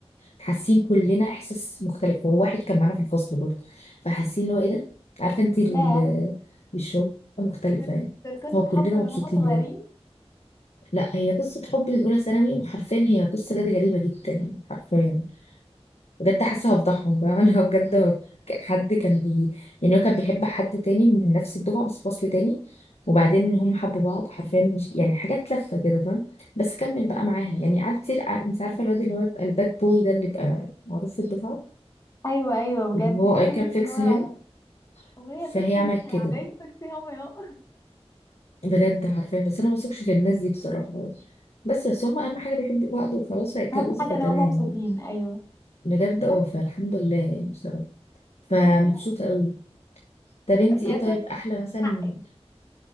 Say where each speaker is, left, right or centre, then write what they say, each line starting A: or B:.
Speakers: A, on the left; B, on the left.
A: حاسين كلنا إحساس مختلف هو واحد كان معانا في الفصل برضه فحاسين اللي هو إيه ده عارفة أنت ال-
B: ياه
A: الشغل مختلفة
B: دول
A: يعني
B: دول قصة
A: فهو كلنا
B: حب من
A: مبسوطين
B: هما صغيرين
A: بجد لا هي قصة حب من أولى ثانوي وحرفيا هي قصة جد غريبة جدا حرفيا بجد حاسه هفضحهم بقى انا بجد هو ك- حد كان بي يعني هو كان بيحب حد تاني من نفس الدفعه بس فصل تاني وبعدين ان هم حبوا بعض حرفيا مش يعني حاجات لفه كده فاهم بس كمل بقى معاها يعني قعدت كتير قع- انت عارفه الواد اللي هو يبقى الباد بوي ده اللي يبقى معروف في الدفعه
B: ايوه ايوه بجد
A: واللي هو
B: حتة
A: اي كان
B: ان
A: فيكس
B: هو
A: هيم
B: وهي
A: فهي
B: فيكس
A: عملت
B: هم يعني
A: كده
B: ايه فيكس هم اهو
A: بجد حرفيا بس انا ما بثقش في الناس دي بصراحه بس بس هم اهم حاجه بيحبوا بعض وخلاص
B: <laughs>
A: هيتجوزوا
B: اهم حاجة
A: فتمام
B: ان هما مبسوطين ايوه
A: بجد
B: ياه
A: اه فالحمد لله يعني بصراحه فمبسوطه
B: حاسة
A: قوي طب انتي
B: بجد
A: ايه طيب احلى مثلا
B: <laughs>